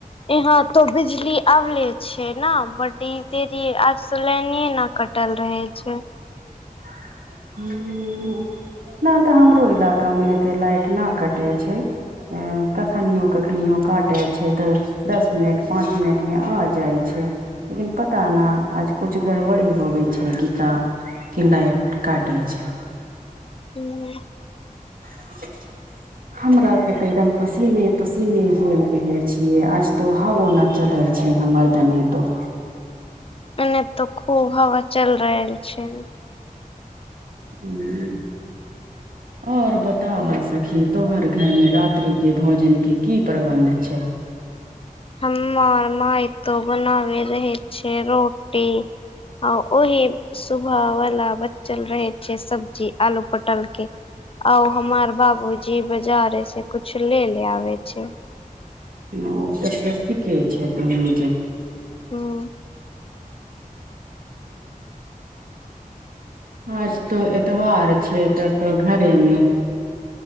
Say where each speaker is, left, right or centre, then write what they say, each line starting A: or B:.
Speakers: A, on the left; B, on the right.
A: एहाँ त बिजली आवले छै न बडी देर जी आज स लाइने न कटल रहे छै
B: <unintelligible> ना तऽ हमरो इलाका मे एते लाइट ना कटै छै ऐ कखनियो कखनियो काटै छै तऽ दस मिनट पाँच मिनट मे आ जाइ छै लेकिन पता न आज कुछ गड़बड़ी होबे छै की का की लाइट काटै छै
A: हूँ
B: <inaudible> हमरा के ते एकदम पसीने पसीने होल रहे छीये आज तो हवो न चलै छै हमर तनी तो
A: एने तो खूब हवा चल रहल छै
B: हुँ
A: <inaudible>
B: आओर बताबऽ सखी तोहर घरमे रात्रिके भोजनके की प्रबन्ध छै
A: हमर माई तो बनावे रहे छै रोटी आउ ओहि सुबह वाला बचल रहे छै सब्जी आलू पटल के आउ हमार बाबूजी बाजारे से कुछ ले ले आबे छै
B: ओ तब तऽ ठीके छै तोहनी केऽ
A: हूँ
B: आज तो एतबार छै तब तो घरेमे